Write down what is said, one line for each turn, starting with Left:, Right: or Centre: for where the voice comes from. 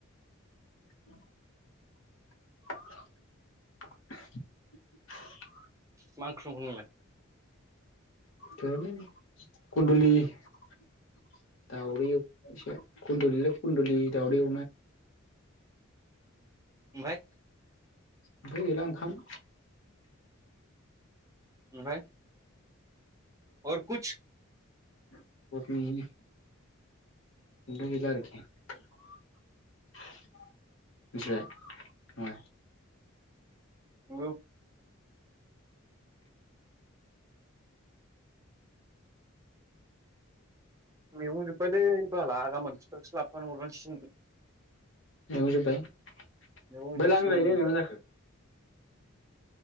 Left: <inaudible> <inaudible>
Right: मां ओंख्रि संखो नोंलाय?
Left: गैयालै खनदुलि। <inaudible> दावदै एवनायसो। खुन्दुलि ल खुन्दुलि दावदै एवना
Right: ओमफाय।
Left: ओमफ्राय गैला ओंखाम।
Right: ओमफ्राय। अर कुछ?
Left: <unintelligible> ओमफाय गैला आरोखि <inaudible> मिथिबाय?
Right: नंगौ। <inaudible> मैगं जोब्बायलै बाला गामोन <unintelligible> खौसो लाबोफानो हरनांसिगोन।
Left: मैगं जोबबाय? <unintelligible>
Right: मैगं
Left: मा
Right: जोबसिगोन
Left: जाखो?